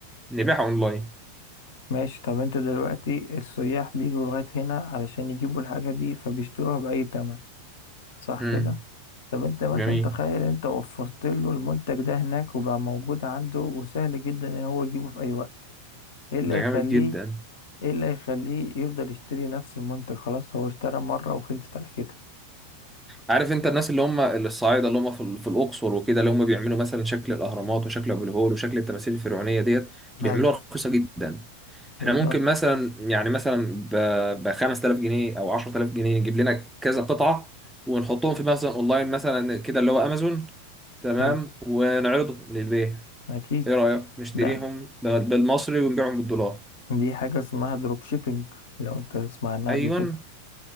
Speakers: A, in the centre; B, on the left.
A: نبيعها أونلاين
B: ماشي طب انت دلوقتي السياح بيجوا لغاية هنا علشان يجيبوا الحاجة دي فبيشتروها بأي تمن صح
A: امم
B: كده؟ طب انت مثلا
A: جميل
B: تخيل انت وفرت له المنتج ده هناك وبقى موجود عنده وسهل جدا ان هو يجيبه في اي وقت ايه اللي
A: ده
B: يخليه
A: جامد جدا
B: ايه اللي يخليه يفضل يشتري نفس المنتج خلاص هو اشترى مرة وخلصت على كده
A: عارف انت الناس اللي هم الصعايدة اللي هم في ال- في الأقصر وكده اللي هم بيعملوا مثلا شكل الأهرامات وشكل أبو الهول وشكل التماثيل الفرعونية ديت بيعملوها
B: ايوه
A: رخيصة جدا
B: بالظبط
A: احنا ممكن مثلا يعني مثلا ب 5000 جنيه او 10000 جنيه نجيب لنا كذا قطعة ونحطهم في مثلا اونلاين مثلا كده اللي هو امازون تمام
B: حلو.
A: ونعرضهم للبيع
B: اكيد
A: ايه رأيك نشتريهم
B: لا
A: ب- بالمصري ونبيعهم بالدولار
B: دي حاجة اسمها دروب شيبينج لو انت تسمع عنها
A: ايوه
B: قبل كده